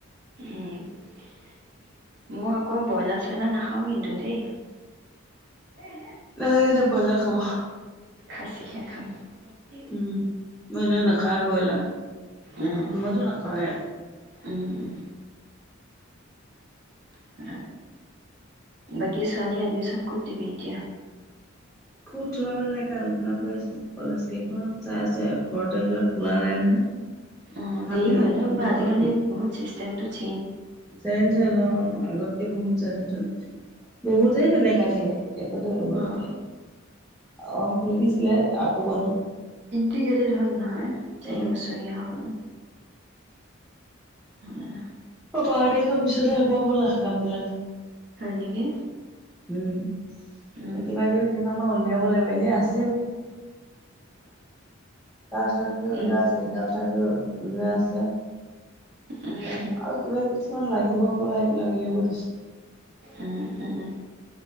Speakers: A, on the right; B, in the centre.
A: উম, ' মই আকৌ ব্ৰইলাৰ -চয়লাৰ নাখাও কিন্তু দেই।
B: নালাগে দে বইলাৰ খাব।
A: খাচিহে খাম। <unintelligible>
B: উম মই এনেও নাখাওৱে ব্ৰইলাৰ।
A: উম
B: মইতো নাখাওঁৱে।
A: উম, ' <unintelligible> বাকী ছোৱালী এডমিচন ক'ত দিবি এতিয়া?
B: ক'ত লয় মানে তাকে আলোচনা কৰি আছো। কলেজ কেইখনত চাই আছে, পৰ্টেল বিলাক খোলা নাই নহয়।
A: অ',
B: ভালকে
A: দেৰি হয় ন, কিবা
B: দুখন
A: আজিকালি বহুত চিষ্টে, জেণ্টো চি,
B: চেঞ্জ হৈ গল অ ', আগতকে বহুত চেঞ্জ হল বহুতেই বেলেগ আজিকালি একোতে কৰিব নো',
A: অ
B: অ, খুলি দিছিলে আকৌ বন্ধ।
A: টিকেটে হ'ল নহয়। চাৰি
B: অ
A: বছৰীয়া হ'ল। উ <inaudible>
B: অ, বাৰ তাৰিখৰ পিছতে হ'ব বলা কাম বিলাক।
A: হয় নেকি।
B: উম,
A: উম
B: কিবা কিবি কেইখনমান উলিয়াব লাগিব এনে আ <unintelligible> কাষ্ট চাৰ্টিফিকেট ওলোৱা
A: উম
B: আছে ইনকাম চাৰ্টিফিকেট। ওলোৱা আছে।
A: উম
B: তাৰ পাছত আৰু কিবা কিবি। কিমান লাগিব প এইবিলাক উলিয়াব দিছে।
A: উম, উম, উম।